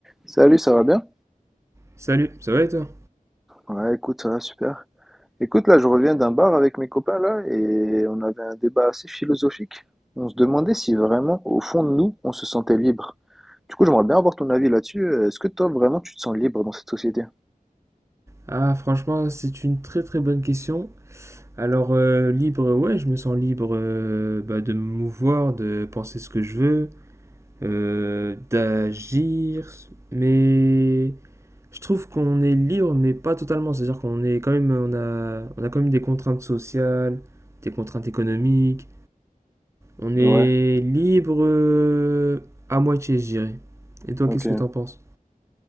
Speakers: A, in the centre; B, on the right (about 20°).
A: Salut, ça va bien?
B: Salut, ça va et toi?
A: Ouais, écoute, ça va super. Écoute, là, je reviens d'un bar avec mes copains, là, et on avait un débat assez philosophique. On se demandait si vraiment, au fond de nous, on se sentait libre. Du coup, j'aimerais bien avoir ton avis là-dessus. Euh, Est-ce que toi, vraiment, tu te sens libre dans cette société?
B: Ah, franchement, c'est une très très bonne question. Alors, euh, libre, ouais, je me sens libre euh, bah, de me mouvoir, de penser ce que je veux, euh, d'agir, mais je trouve qu'on est libre, mais pas totalement. C'est-à-dire qu'on est quand même, on a, on a quand même des contraintes sociales, des contraintes économiques. On est
A: Ouais,
B: libre euh, à moitié, je dirais. Et toi,
A: ok.
B: qu'est-ce que t'en penses?